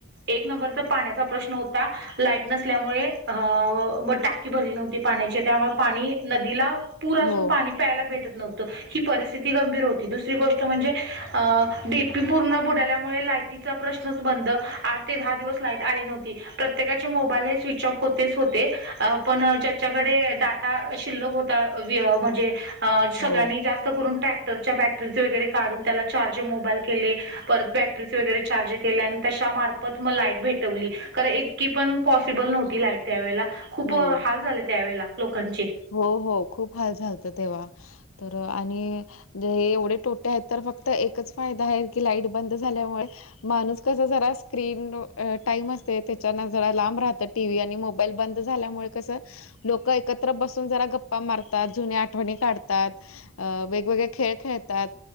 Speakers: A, on the right; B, on the left.
A: एक नंबरचा पाण्याचा प्रश्न होता. लाईट नसल्यामुळे अ मग टाकी भरली नव्हती पाण्याचे त्यामुळे पाणी नदीला पुर असून
B: हो
A: पाणी प्यायला भेटत नव्हं. ही परिथिती गंभीर होती दु गोष्ट म्हणजेडीपी पूर्ण बुडल्यामुळे प्रश्नच बंद आठ ते दहा दिवस ला आली नव्हती प्रत्येकाचे मोबाईल हे स्विच ऑफ हो तेच होते पण ज्याच्याकडे डाटा शिल्लक होता म्हणजे, सगळ्यांनी
B: हो
A: जास्त करून ट्रॅक्टरच्या बॅटरीज वगैरे काढून त्याला चार्ज मोबाईल केले परत बॅट बरी वगैरे चार्ज केल्या त्याच्यामार्फत मग लाईट भेटवली कार इतकी पण, पॉसिबल नव्हती लाईट त्यावेळेला खूप
B: हो
A: हाल झाले त्यावेळेला लोकांचे.
B: हो हो खूप हाल झाचालतं तेव्हा तर आणि,, म्हे एवढे टोटे आहेत तर फक्त एकच फायदा आहे की लाईट बंद झाल्यामुळे माणूस कस जरा स्क्रीन टाईम असते, त्याच्यान जरा लांब राहते. टी व्ही आणि मोबाईल बंद झाल्यामुळे कसं लोक एकत त्र बसून जरा गप्पा मारतात. जुने आठवणी काढतात, अ वेगवेगळे खेळ खेळतात.